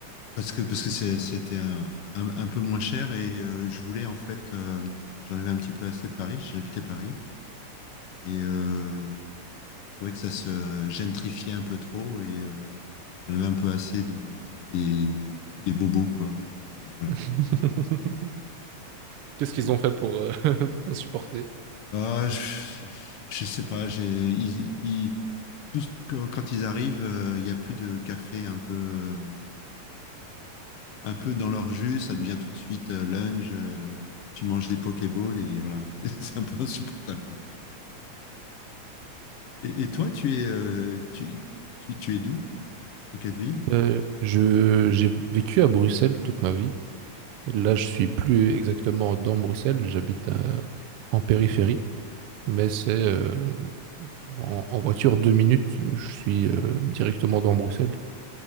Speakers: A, on the left; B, on the right.
A: parce que parce que c'est- c'était un, un, un peu moins cher et euh, je voulais en fait, euh, j'en avais un petit peu assez de Paris, j'habitais Paris et euh, Je trouvais que ça se gentrifiait un peu trop et euh, j'en avais un peu assez de, des, des bobos, quoi. Enfin, voilà.
B: <laughs> Qu'est-ce qu'ils
A: Et-
B: ont fait pour euh, <laughs> t'insupporter?
A: ah, je, je- je sais pas, j'ai, ils, ils- tous, quand, quand ils arrivent, euh, il y a plus de café un peu, euh, un peu dans leur jus, ça devient tout de suite euh, lunch, euh, tu manges des Pokéballs et voilà, <laughs> c'est un peu insupportable, quoi. Et, et toi, tu es, euh, tu, tu, tu es d'où? De quelle ville?
B: Euh, je, j'ai vécu à Bruxelles toute ma vie. Là, je suis plus exactement dans Bruxelles. J'habite à- en périphérie. mais c'est euh, en, en voiture deux minutes, je suis euh, directement dans Bruxelles.